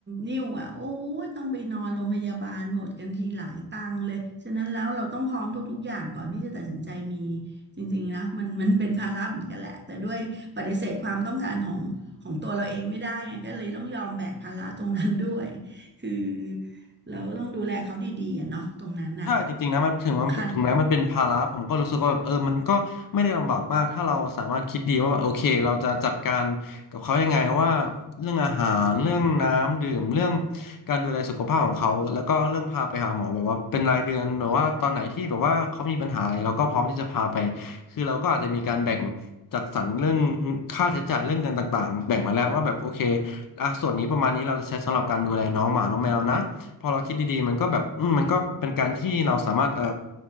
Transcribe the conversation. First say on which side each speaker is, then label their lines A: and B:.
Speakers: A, on the right; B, on the left.
A: นิ่วอ่ะโอ้ยต้องไปนอนโรงพยาบาลหมดกันทีหลายตังค์เลยฉะนั้นแล้วเราต้องพร้อมทุกๆอย่างก่อนที่จะตัดสินใจมีจริงๆนะมันมันเป็นภาระเหมือนกันแหละแต่ด้วยปฏิเสธความต้องการของของตัวเราเองไม่ได้ไงก็เลยต้องยอมแบกภาระตรงนั้นด้วยคือเราต้องดูแลเขาดีๆอะเนาะตรงนั้นอ่ะ
B: ใช่จริงๆนะมันถึงมันถึงแม้มันเป็นภาระผมก็รู้สึกว่าแบบเออมันก็ไม่ได้ลำบากมากถ้าเราสามารถคิดดีว่าแบบโอเคเราจะจัดการกับเขายังไงว่า
A: สำคัญ
B: เรื่องอาหารเรื่องน้ำดื่มเรื่องการดูแลสุขภาพของเขาแล้วก็เรื่องพาไปหาหมอแบบว่าเป็นรายเดือนหรือว่าตอนไหนที่แบบว่าเขามีปัญหาอะไรเราก็พร้อมที่จะพาไปคือเราก็อาจจะมีการแบ่งจัดสรรเรื่องค่าใช้จ่ายเรื่องเงินต่างๆแบ่งไว้แล้วว่าแบบโอเคอ่ะส่วนนี้ประมาณนี้เราจะใช้สำหรับการดูแลน้องหมาน้องแมวนะ พอเราคิดดีๆมันก็แบบอืมมันก็เป็นการที่เราสามารถเอ่อ